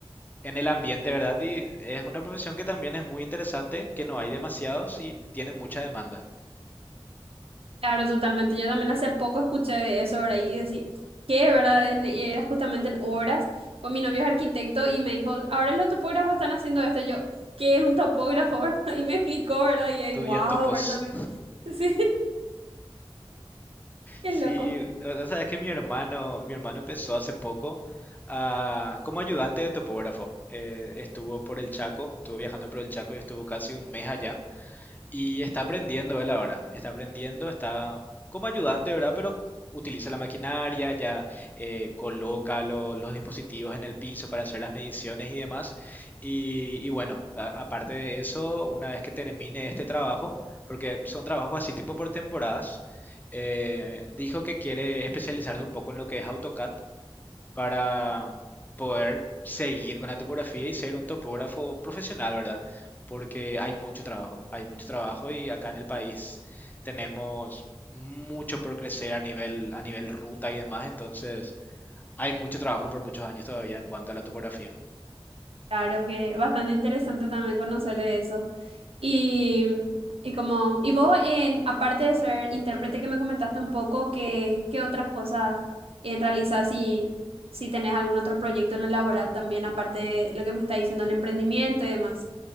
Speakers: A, on the left; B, on the right.
A: en el ambiente, ¿verdad? Y es una profesión que también es muy interesante, que no hay demasiados y tiene mucha demanda.
B: Claro, totalmente. Yo también hace poco escuché de eso, ¿verdad? Y decir, ¿qué, verdad? En- era justamente en obras, con mi novio es arquitecto y me dijo, ahora los topógrafos están haciendo esto. Y yo, ¿qué es un topógrafo? <laughs> Y me explicó, ¿verdad? Y ahí,
A: Tú
B: wow,
A: ya topos.
B: ¿verdad? También. <laughs> Sí, <laughs> qué
A: Sí,
B: loco.
A: o o sea, es que mi hermano, mi hermano empezó hace poco ah, como ayudante de topógrafo. Eh, estuvo por el Chaco, estuvo viajando por el Chaco y estuvo casi un mes allá. Y está aprendiendo él ahora, está aprendiendo, está como ayudante, ¿verdad? Pero utiliza la maquinaria, ya eh, coloca lo- los dispositivos en el piso para hacer las mediciones y demás. Y, y bueno, a- aparte de eso, una vez que termine este trabajo, porque son trabajos así tipo por temporadas, eh, dijo que quiere especializarse un poco en lo que es AutoCAD para poder seguir con la topografía y ser un topógrafo profesional, ¿verdad? Porque hay mucho trabajo, hay mucho trabajo y acá en el país tenemos mucho por crecer a nivel, a nivel ruta y demás, entonces hay mucho trabajo por muchos años todavía en cuanto a la topografía.
B: Claro que bastante interesante también conocer de eso. Y, y como, y vos, en, aparte de ser intérprete que me comentaste un poco, ¿qué, qué otras cosas en realizar si, si tenés algún otro proyecto en lo laboral también, aparte de lo que me está diciendo el emprendimiento y demás?